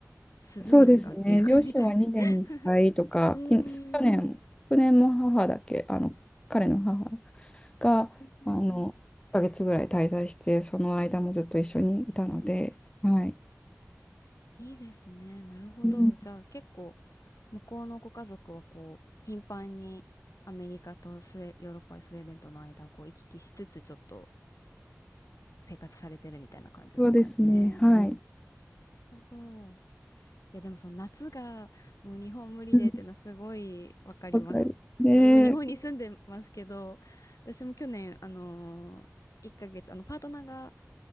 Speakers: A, on the left (about 75°); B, on the left (about 20°).
A: 涼みに行か、
B: そうですね。
A: 行くみたい。
B: 両親は2年に1回とか、
A: <laughs> うーん。
B: き去年、
A: <laughs>
B: 昨年も母だけ、あの、彼の母が、
A: うんうんうん
B: あの、1ヶ月ぐらい滞在して、その間もずっと一緒にいたので、はい。
A: いいですね。なるほど。
B: うん
A: じゃあ結構、向こうのご家族はこう、頻繁にアメリカとスウェ、ヨーロッパ、スウェーデンとの間をこう行き来しつつ、ちょっと生活されてるみたいな感じなんですね。
B: そうですね。はい。
A: あなるほど。いやでもその夏がもう日本無理でっていうのはすごいわかります。
B: うんわかる。で、
A: 今日本に住んでますけど、私も去年あのー1ヶ月あのパートナーが